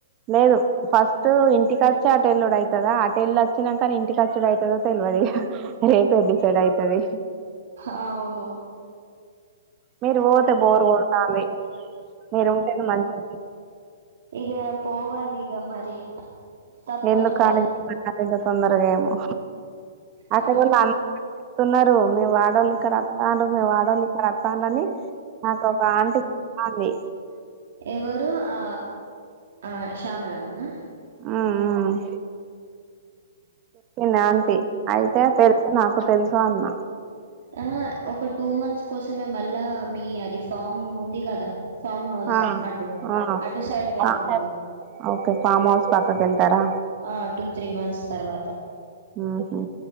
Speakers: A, on the right; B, on the right.
A: లేదు ఫస్ట్ ఇంటిక స్టార్ట్ ఎల్లుడు ఐతదా అటేలోచినాకనే ఇంటికి వచ్చుడు ఐతాడో తెల్వదు ఇగ రేపే డిసైడ్ అయితది
B: ఆ అవును
A: మీరు పోతే బోర్ కొడుతాంది మీరు ఉంటేనే మంచి
B: ఏ పోవాలిగ మరి తప్పదు
A: ఎందుకు ఖాళీ
B: కదా
A: <inaudible> ఇంత తొందరగా ఏమో అట్గొల్ల
B: ఆ
A: అన్ వస్తున్నారు మీ వాడోళ్ళు ఇక్కడ వత్తాన్రు మీము ఆడోళ్ళు ఇక్కడ వతానని నాకు ఒక ఆంటీ చెప్తా ఉంది
B: ఎవరు ఆ ఆ శ్యామలమ్మనా
A: హ్మ్ హ్మ్ హ్మ్ పి అయితే తెలుసు నాకు తెలుసు అన్న
B: ఆ ఒక టూ మంత్స్ కోసమే మళ్ళా మీ అది ఫామ్ ఉంది కదా ఫామ్ హౌస్
A: ఆ
B: అటు
A: ఆ
B: అటు సైడ్ వెళ్తాం
A: ఆ
B: మీగ
A: ఓకే ఫామ్ హౌస్ పక్కకెళ్తారా
B: ఆ టూ త్రీ మంత్స్ తర్వాత
A: ఉహు